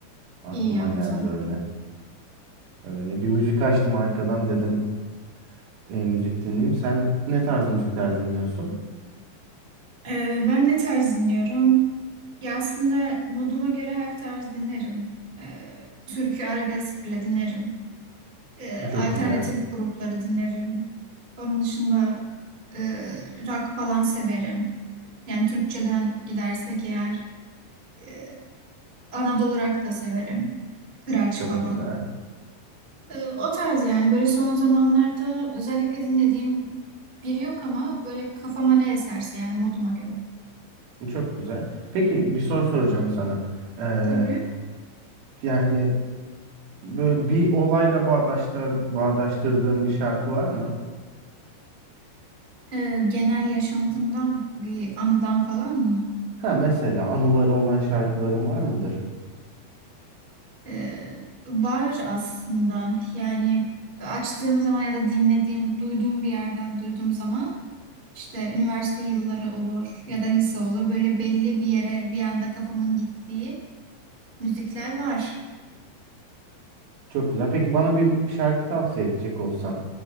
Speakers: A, on the right; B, on the right.
A: Aklıma
B: İyi yaptın.
A: geldi öyle. Öyle bir müzik açtım arkadan dedim e, müzik dinleyeyim. Sen ne tarz müzikler dinliyorsun?
B: Ee, ben ne tarz dinliyorum? Ya aslında moduma göre her tarz dinlerim. Ee, türkü arabesk bile dinlerim. e, alternatif
A: Çok güzel.
B: grupları dinlerim. Onun dışında e, rock falan severim. Yani Türkçeden gidersek eğer e, Anadolu rock da severim. Kıraç
A: Çok
B: falan.
A: güzel.
B: E, o tarz yani böyle son zamanlarda özellikle dinlediğim biri yok ama böyle kafama ne eserse yani moduma göre.
A: Çok güzel. Peki bir soru soracağım sana. Ee,
B: Tabii
A: yani böyle bir olayla bağdaştır, bağdaştırdığın bir şarkı var mı?
B: e, genel yaşantımdan bir anıdan falan mı?
A: Ha mesela anıları olan şarkıların var mıdır?
B: Ee, var aslında yani açtığım zaman ya da dinlediğim, duyduğum bir yerden duyduğum zaman işte üniversite yılları olur ya da lise olur böyle belli bir yere bir anda kafamın gittiği müzikler var.
A: Çok güzel. Peki bana bir şarkı tavsiye edecek olsan.